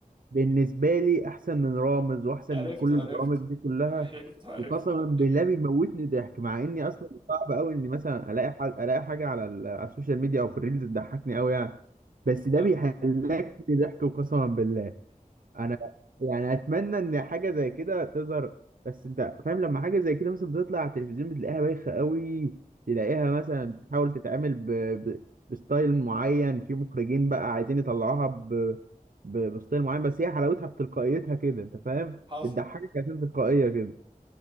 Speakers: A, on the right (about 70°); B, on the right (about 35°).
A: بالنسبة لي أحسن من رامز
B: <laughs>
A: وأحسن
B: عرفته
A: من كل البرامج
B: عرفته
A: دي كلها
B: عرفته عرفته
A: وقسما بالله بيموتني ضحك مع إني أصلا صعب أوي إني مثلا ألاقي حل... ألاقي حاجة على, ال... على السوشيال ميديا أو في الريلز تضحكني أوي يعني بس ده
B: <laughs>
A: بيهلكني ضحك وقسما بالله انا يعني اتمنى ان حاجه زي كده تظهر بس انت فاهم لما حاجه زي كده مثلا بتطلع على التلفزيون بتلاقيها بايخه قوي تلاقيها مثلا تحاول تتعامل ب... ب... بستايل معين في مخرجين بقى عايزين يطلعوها ب... ب... بستايل معين بس هي حلاوتها بتلقائيتها كده انت فاهم
B: حصل
A: بتضحكك عشان تلقائيه كده